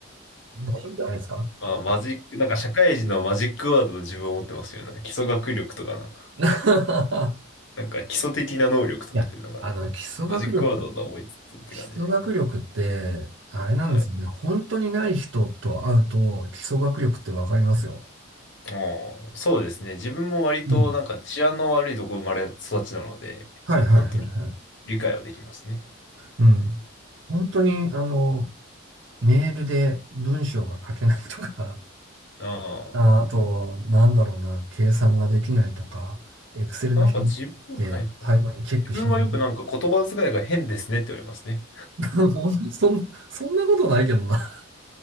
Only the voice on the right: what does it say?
大丈夫じゃないですか
<laughs>
いや、あの、基礎学力、
基礎学力って、あれなんですね。
本当にない人と会うと、基礎学力ってわかりますよ。
うんはいはいはいはい。
うん。本当に、あの、メールで文章が書けないとか
あ、あと、なんだろうな、計算ができないとか、エクセルの表って最後にチェックしない。
<laughs> 本当にそん、そんなことないけどな。